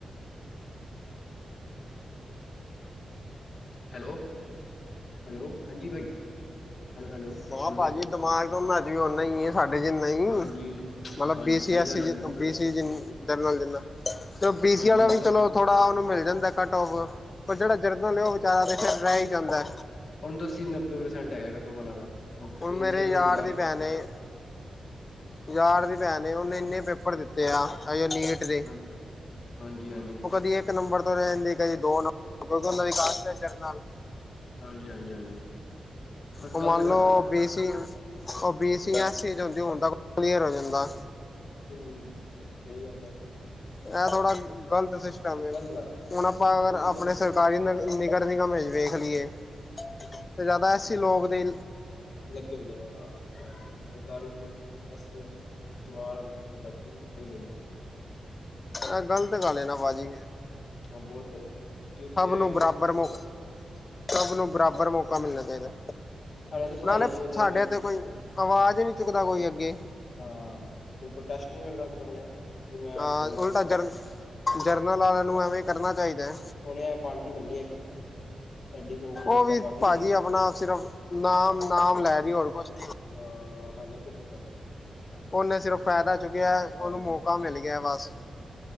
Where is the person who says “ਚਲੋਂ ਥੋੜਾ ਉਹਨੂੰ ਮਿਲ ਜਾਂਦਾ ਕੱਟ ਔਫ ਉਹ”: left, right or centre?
Left